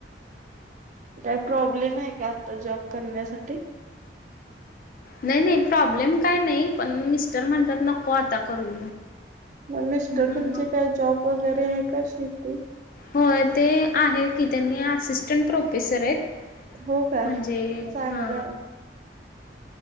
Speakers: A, on the right; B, on the left.
A: काय प्रॉब्लेम आहे का आता जॉब करण्यासाठी
B: नाही नाही प्रॉब्लेम काय नाही पण मिस्टर म्हणतात नको आता करू
A: मग मिस्टर
B: म्हणून
A: तुमचे
B: मग
A: काय जॉब वगैरे आहे का शेती
B: होय ते आहे की त्यांनी असिस्टंट प्रोफेसर आहेत
A: हो का
B: म्हणजे
A: चांगलंय
B: हा